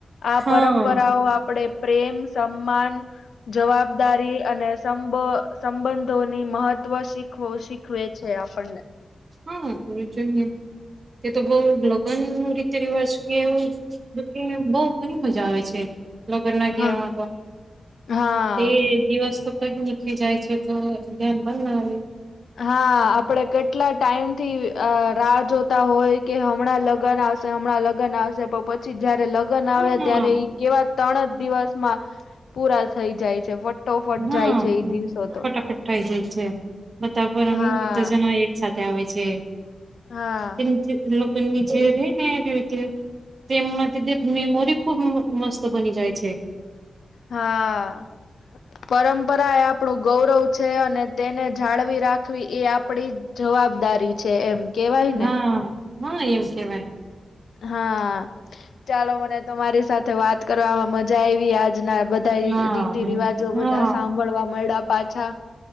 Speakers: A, on the left (about 85°); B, on the right (about 45°).
A: આ
B: હા
A: પરંપરાઓ આપડે પ્રેમ, સમ્માન જવાબદારી અને સંબ સંબંધોની મહત્વ શી ખ્વો શીખવે છે આપણને.
B: હા <unintelligible> જોઈએ તે તો બહુ લગન નું રીતે રિવાજ કેવું જોકે અહીંયા બહુ ઘણી મજા આવે છે. લોકોના ઘેરવા
A: હા
B: તો
A: હા
B: તે દિવસ્ત તો કઈ નીકળી જાય છે તો ધ્યાન બ ના આવે.
A: હા આપડે કેટલા ટાઈમ થી રાહ જોતા હોય કે હમણાં લગન આવશે હમણાં લગન આવશે પ પ છી જયારે લગન આવ્યા
B: હા
A: ત્યારે ઈ એવા તણ જ દિવસમાં પૂરા થઈ જાય છે. વટ ટોફટ
B: હા
A: જાય છે એ દિવસો તો.
B: ફટાફટ થઈ જાય છે બતાર <unintelligible>
A: હા
B: બધા જણા એક સાથે આવે છે.
A: હા
B: એની જે લોકો નીચે રે નેરીતિ રી તેમમાંથી દેધ મેમોરી ખુબ મ મસ્ત બની જાય છે.
A: હા પરંપરાએ આપ પડુ ગૌરવ છે અને તેને જાળવી રાખવી એ આપડી જવાબદારી છે એમ. કેવાય
B: હા
A: ને
B: હા એમ કેવાય.
A: હા ચાલો મને તમારી સાથે વાત કરવામાં મજા આયવી આજના બધ ધા
B: હા
A: રીતિ રિવાજો
B: હા
A: બધા સાંભળવા મયળા પાછા.